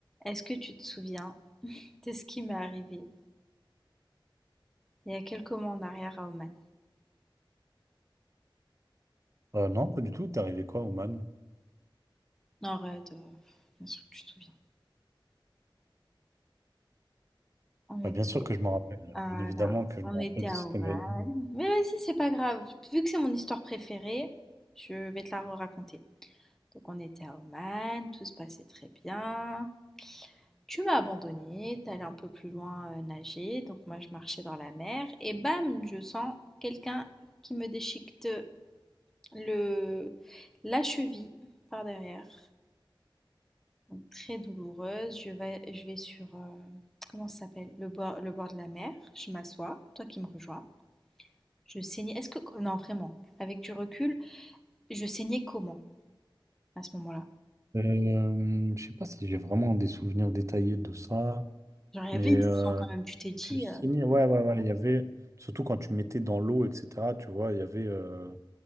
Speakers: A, in the centre; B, on the right.
A: Est-ce que tu te souviens de ce qui m'est arrivé il y a quelques mois en arrière à Oman?
B: Euh, non, pas du tout. T'es arrivé quoi, Oman?
A: Non, arrête, euh, bien sûr que tu te souviens. On
B: Bah,
A: était,
B: bien sûr que je m'en rappelle.
A: ah
B: Bien évidemment
A: là,
B: que je
A: on
B: me rappelle
A: était
B: de
A: à
B: cet
A: Oman.
B: événement.
A: Mais vas-y, c'est pas grave. Vu que c'est mon histoire préférée, je vais te la raconter. Donc on était à Oman, tout se passait très bien. Tu m'as abandonné, t'allais un peu plus loin euh, nager, donc moi je marchais dans la mer et bam, je sens quelqu'un qui me déchiquette le la cheville par derrière très douloureuse. Je vais, je vais sur, euh, comment ça s'appelle? Le bord, le bord de la mer. Je m'assois, toi qui me rejoins. Je saignais. Est-ce que, non, vraiment, avec du recul, je saignais comment à ce moment-là?
B: Euh, je sais pas si j'ai vraiment des souvenirs détaillés de ça,
A: Genre, il y
B: mais
A: avait
B: euh,
A: du sang quand même. Tu t'es dit,
B: je signe-
A: euh,
B: Ouais, ouais, ouais. Il y avait, surtout quand tu mettais dans l'eau, etc., tu vois, il y avait. euh,